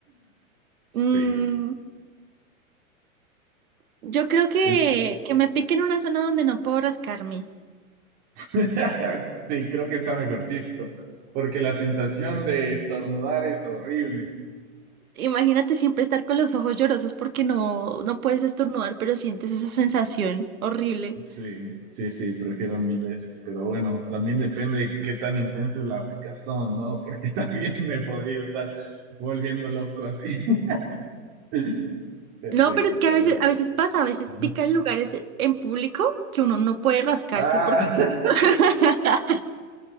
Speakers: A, on the right; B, on the right.
A: Mm,
B: Sí,
A: yo creo que,
B: es que...
A: que me pique en una zona donde no puedo rascarme.
B: <laughs> sí, creo que está mejorcito. Porque la sensación de estornudar es horrible.
A: Imagínate siempre estar con los ojos llorosos porque no, no puedes estornudar, pero sientes esa sensación horrible.
B: Sí, sí, sí, prefiero mil veces, pero bueno, también depende qué tan intensa es la picazón, ¿no? Porque <laughs> también me podría estar volviendo loco así. <laughs> Perfecto,
A: No, pero es que
B: a
A: a
B: ver.
A: veces, a veces pasa, a veces
B: Ah,
A: pica en lugares en público que uno no puede rascarse
B: <laughs> Ah,
A: porque <laughs>